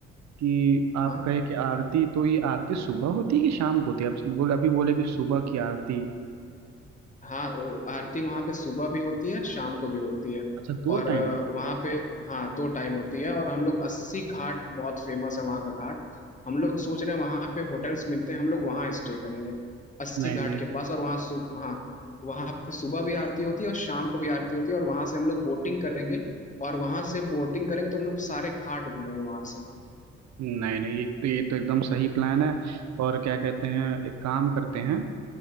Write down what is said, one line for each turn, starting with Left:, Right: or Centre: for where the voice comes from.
Right: कि आप
Left: हाँ
Right: कहे कि आरती तो ये आरती सुबह होती है कि शाम को होती है आप बोले अभी बोले कि सुबह की आरती
Left: हाँ अ, आरती वहाँ पे सुबह भी होती है शाम को भी होती है
Right: अच्छा दो
Left: और
Right: टाइम
Left: अ, वहाँ पे हाँ दो टाइम होती है और हम लोग अस्सी घाट बहुत फेमस है वहाँ का घाट हम लोग सोच रहे हैं वहाँ पे होटल्स मिलते हैं हम लोग वहाँ स्टे करेंगे अस्सी
Right: नहीं
Left: घाट
Right: नहीं
Left: के पास और वहाँ सु हाँ वहाँ पे सुबह भी आरती होती है और शाम को भी आरती होती है और वहाँ से हम लोग बोटिंग करेंगे और वहाँ से बोटिंग करेंगे तो हम लोग सारे घाट घूमेंगे वहाँ से
Right: नहीं नहीं ये तो ये तो एकदम सही प्लान है और क्या कहते हैं एक काम करते हैं